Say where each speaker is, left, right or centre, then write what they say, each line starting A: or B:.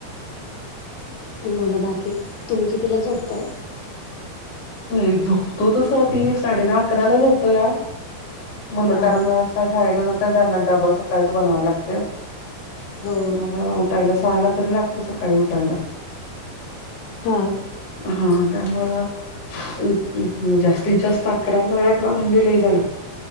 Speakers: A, on the left; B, on the left.
A: मुल बाकी, तुम्ही कितीला झोपताय?
B: नाही झोपतो तस मी, साडे दहा-अकराला झोपतो या. मुलं
A: हा
B: कारण अस सकाळी शाळेला जात्यात, त्यांना डबा सकाळीच बनवायला लागत्यात,
A: हो
B: मग उठ ठायला सहाला तरी, लागत सकाळी उठायला.
A: हा.
B: हा त्यामुळं. हू हू. जास्तीत जास्त अकरा, साडे अकरा म्हणजे लई झालं.